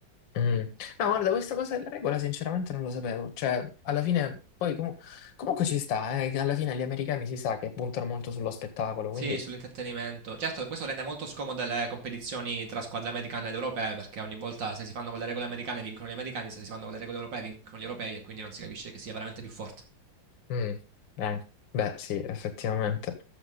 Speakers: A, on the left (about 80°); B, on the right (about 75°).
A: mm. No, guarda, questa cosa della regola sinceramente non lo sapevo. Cioè, alla fine, poi comu- comunque ci sta, eh, che alla fine gli americani si sa che puntano molto sullo spettacolo,
B: Sì,
A: quindi...
B: sull'intrattenimento. Certo, questo rende molto scomode le competizioni tra squadre americane ed europee, perché ogni volta se si fanno con le regole americane vincono gli americani, se si fanno con le regole europee vincono gli europei e quindi non si capisce che sia veramente più forte.
A: Mm, eh, beh, sì, effettivamente.